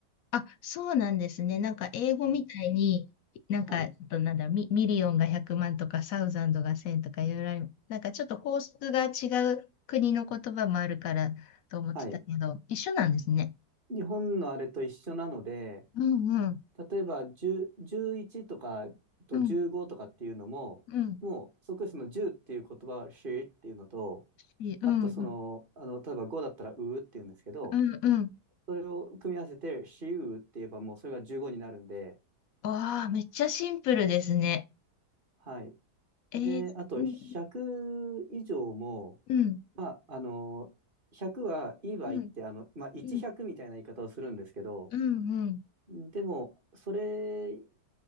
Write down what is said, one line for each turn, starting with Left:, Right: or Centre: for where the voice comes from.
Left: あ、そうなんですね。なんか英語みたいに、
Right: はい。
Left: なんか、
Right: はい。
Left: ちょっとなんだミ、ミリオンが100万とか、サウザンドが1000とかいろいろある。なんかちょっと法則が違う国の言葉もあるからと思ってたけど、
Right: はい
Left: 一緒なんですね。
Right: 日本のあれと一緒なので、
Left: うんうん、
Right: 例えば10、1とかと15とかっていうのも、
Left: うん、うん、
Right: もうそこにその10っていう言葉はしっていうのと、
Left: いいうんうん、
Right: あとその、あの、例えば5だったらうっていうんですけど、
Left: うん、うん。
Right: それを組み合わせてしうって言えばもうそれが15になるんで、
Left: わあ、めっちゃシンプルですね。
Right: はい。
Left: えー、
Right: で、あと100以上も、
Left: うん、うん、
Right: まあ、あの、100はいい場合って、
Left: うん、
Right: あの、まあ、100みたいな言い方をするんですけど、
Left: うん、うん、うん、
Right: でも、それ